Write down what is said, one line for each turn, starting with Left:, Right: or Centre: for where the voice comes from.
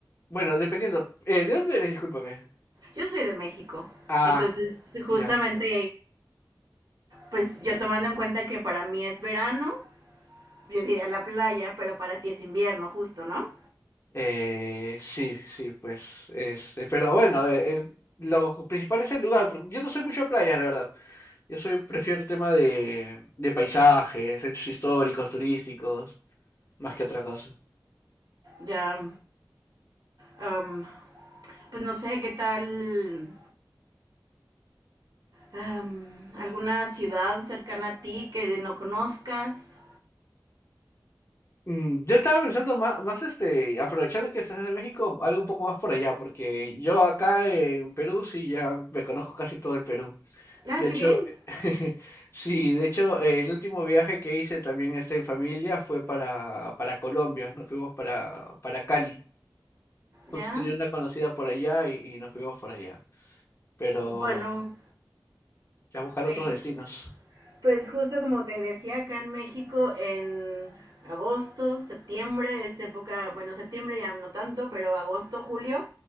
Left: Bueno, dependiendo. Eh, ¿de dónde eres? Discúlpame.
Right: Yo soy de México.
Left: Ah,
Right: Entonces, justamente,
Left: ya.
Right: pues yo tomando en cuenta que para mí es verano, yo diría la playa, pero para ti es invierno, justo, ¿no?
Left: Eh, sí, sí, pues, este, pero bueno, eh, eh, lo principal es el lugar. porque Yo no soy mucho de playas, la verdad. Yo soy, prefiero el tema de, de paisajes, hechos históricos, turísticos, más que otra cosa.
Right: Ya, em, pues no sé, ¿qué tal em, alguna ciudad cercana a ti que no conozcas?
Left: Mm, yo estaba pensando más, más este, aprovechando que estás en México, algo un poco más por allá, porque yo acá en Perú sí ya me conozco casi todo el Perú.
Right: Ah,
Left: De
Right: qué
Left: hecho,
Right: bien.
Left: <laughs> sí, de hecho, eh, el último viaje que hice también este, en familia fue para, para Colombia, nos fuimos para, para Cali. Justo
Right: Ya.
Left: tenía una conocida por allá y, y nos fuimos por allá, pero
Right: Bueno,
Left: ya buscar
Right: ok.
Left: otros destinos.
Right: Pues justo como te decía, acá en México en agosto, septiembre es época, bueno, septiembre ya no tanto, pero agosto, julio